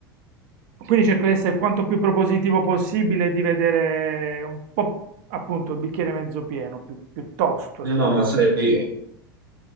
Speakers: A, on the right; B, on the right.
A: Quindi cerco di essere quanto più propositivo possibile, e di vedere un po' Appunto, il bicchiere mezzo pieno, più- piuttosto,
B: No,
A: se proprio...
B: ma sai,